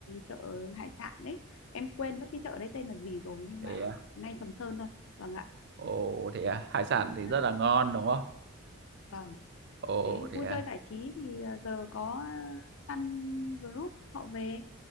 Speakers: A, on the left; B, on the right.
A: chợ hải sản đấy em quên mất cái chợ đấy tên là gì rồi nhưng
B: thế
A: mà
B: à?
A: ngay Sầm Sơn thôi vâng ạ
B: ồ thế à? hải sản thì
A: đấy
B: rất là ngon đúng không
A: vâng
B: Ồ
A: đấy
B: thế
A: vui
B: à.
A: chơi giải trí thì ờ, giờ có ờ, Sun Group họ về